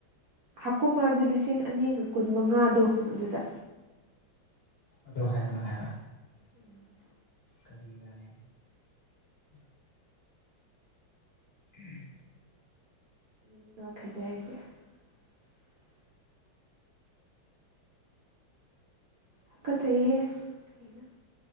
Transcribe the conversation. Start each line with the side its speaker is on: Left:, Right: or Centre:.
Right: ꯍꯥꯀꯨꯝ ꯍꯥꯏꯕꯗꯤ ꯂꯤꯁꯤꯡ ꯑꯅꯤꯒ ꯀꯨꯟ ꯃꯉꯥꯗꯣ ꯑꯗꯨꯗ
Left: ꯑꯗꯨ ꯍꯥꯏꯒꯅꯨ ꯍꯥꯏꯕ꯭ꯔꯥ
Right: ꯎꯝ
Left: ꯀꯔꯤꯔꯅꯦ ꯎꯡ
Right: <inaudible> ꯍꯀꯠꯆꯌ‌ꯦ ꯀꯩꯅ‌ꯣ